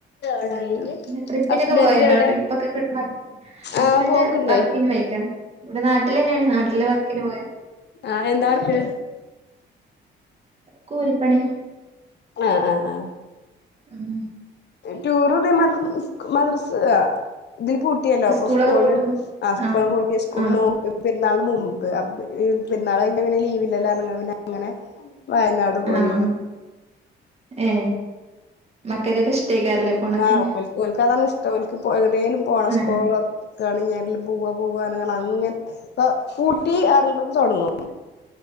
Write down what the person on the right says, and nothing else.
ട്രിപ്പിനൊക്കെ
പോവേണ്ടോ
ട്രിപ്പൊക്കെ ഹസ്ബൻഡ്
വർക്കിന് പോയേക്കാ വടെ നാട്ട്ല് തന്നെയാണ് നാട്ടില് വർക്കിന് പോയ
കൂലിപ്പണി
ഉം
സ്കൂളൊക്കെ
പൂട്ടുമ്പോ
ആഹ്
ആഹ്
ആഹ ഏ മക്കക്കൊക്കഷ ട്ടേക്കാറല്ലേ പോണൊക്കെ
ആഹ്